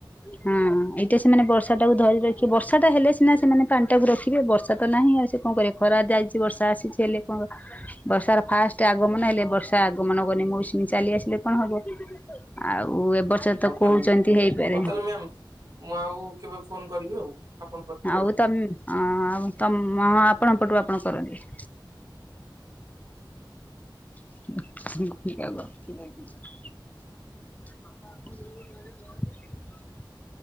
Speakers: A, on the left; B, on the right.
A: ହଁ ଏଇଟା ସେମାନେ ବର୍ଷା ଟାକୁ ଧରି ରଖିବେ ବର୍ଷା ଟା ହେଲେ ସିନା ସେମାନେ ପାଣି ଟାକୁ ରଖିବେ ବର୍ଷା ତ ନାହିଁ ଆଉ ସେ କଣ କରିବ ଖରା ଯାଇଛି ବର୍ଷା ଆସିଛି ହେଲେ ବର୍ଷାର ଫାଷ୍ଟ ଆଗମନ ହେଲେ ବର୍ଷା ଆଗମନ କଲେ ମୌସୁମୀ ଚାଲି ଆସିଲେ କଣ ହବ। ଆଉ ଏବ ବର୍ଷ ତ
B: ହଉ
A: କୋହୁଛନ୍ତି
B: ତାହେଲେ
A: ହେଇପାରେ।
B: ହଉ ତାହେଲେ ମ୍ୟାମ୍ ମୁଁ ଆଉ କେବେ ଫୋନ୍ କରିବି ଆଉ। ଆପଣ କରିବେ
A: ଆଉ ତମଁ ଆଉ ତମ ହଁ ଆପଣ ପଟୁ ଆପଣ କରନ୍ତୁ। <unintelligible> ହ <unintelligible>